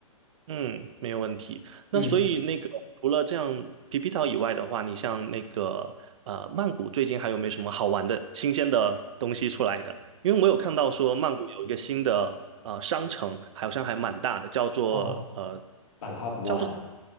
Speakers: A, on the right; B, on the left.
A: 嗯，没有问题。
B: 嗯，
A: 那所以那个除了这样皮皮岛以外的话，你像那个呃曼谷最近还有没有什么好玩的新鲜的东西出来的？因为我有看到说曼谷有一个新的呃商城，好像还蛮大的，叫做呃
B: 哦，Bangkok One。
A: 叫做